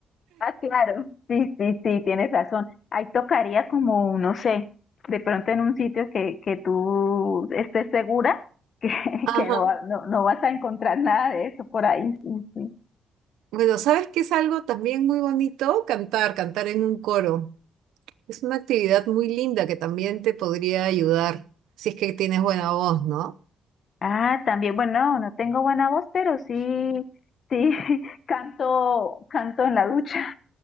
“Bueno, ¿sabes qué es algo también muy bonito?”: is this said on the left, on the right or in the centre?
Right